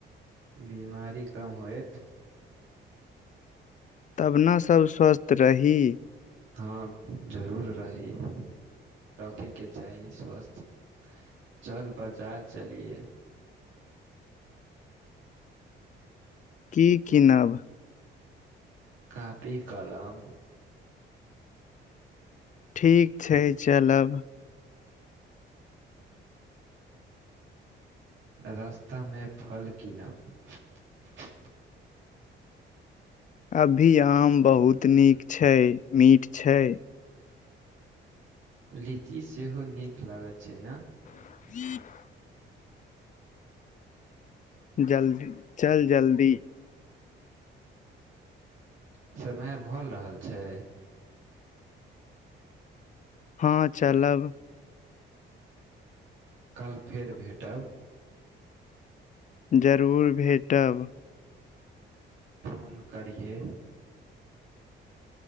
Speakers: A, on the right (about 70°); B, on the left (about 40°).
A: बिमारी कम होयत।
B: तब ने सब स्वस्थ रही।
A: हाँ जरूर रही। रखयके चाही स्वस्थ, चल बजार चलिये।
B: की किनब।
A: कापी, कलम
B: ठीक छै, चलब।
A: रास्तामे फल कीनब। <inaudible>
B: अभी आम बहुत नीक छै, मीठ छै।
A: लीची सेहो नीक लागैत छै ने?
B: <inaudible> जल्द चल जल्दी।
A: <inaudible> समय भल रहल छै।
B: हाँ चलब।
A: कल फेर भेटब।
B: जरूर भेटब।
A: फोन करहिये।